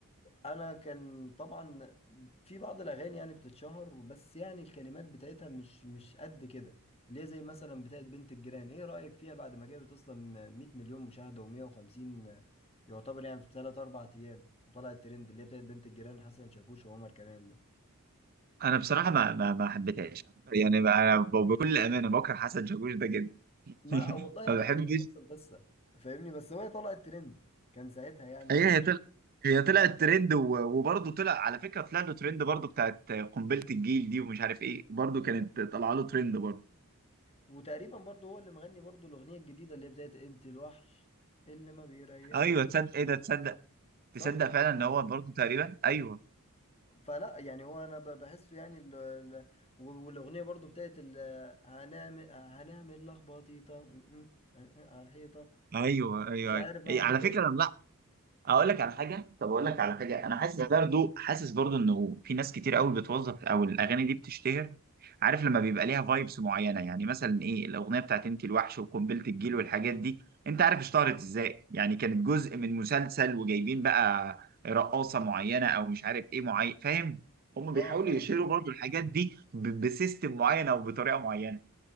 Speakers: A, on the left; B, on the right.
A: انا كان طبعا في بعض الاغاني يعني بتتشهر بس يعني الكلمات بتاعتها مش مش قد كده ليه زي مثلا بتاعت بنت الجيران ايه رايك فيها بعد ما جابت اصلا 100 مليون مشاهده و150 يعتبر يعني في 3 4 ايام وطلعت ترند اللي هي بتاعت بنت الجيران حسن شاكوش وعمر كمال
B: انا بصراحه ما ما, ما حبيتهاش يعني ما- انا ب- بكل امانه بكره حسن شاكوش ده جدا
A: ما
B: <laughs>
A: والله
B: ما
A: انا
B: بحبش
A: برضه نفس القصه فاهمني بس هو طلع الترند كان ساعتها يعني
B: هي
A: و...
B: هي طلع هي طلعت ترند و- وبرضه طلع على فكره طلع له ترند برضه بتاعت قنبله الجيل دي ومش عارف ايه برضه كانت طالعه له ترند برضه
A: وتقريبا برضه هو اللي مغني برضه الاغنيه الجديده اللي هي بتاعت انت الوحش اللي ما بيريح
B: ايوه تصدق ايه ده تصدق
A: صح
B: تصدق فعلا ان هو برضه تقريبا ايوه
A: فلا يعني هو انا ب- بحسه يعني ال... ال... و- والاغنيه برضه بتاعت ال... هنعمل هنعمل لخبطيطه م- م- على الحيطه
B: ايوه ايوه,
A: مش عارف
B: أيوة.
A: انا
B: أيوة. على
A: <laughs> فاهم
B: فكره انا اقول لك على حاجه طب اقول
A: اه
B: لك على حاجه انا حاسس برضو حاسس برضو انه في ناس كتير قوي بتوظف او الاغاني دي بتشتهر عارف لما بيبقى ليها فايبس معينه يعني مثلا ايه الاغنيه بتاعت انت الوحش وقنبله الجيل والحاجات دي انت عارف اشتهرت ازاي يعني كانت جزء من مسلسل وجايبين بقى رقاصه معينه او مش عارف ايه معين فاهم هم
A: اه
B: بيحاولوا
A: فاهم
B: يشيروا برضو الحاجات دي ب- بسيستم معين او بطريقه معينه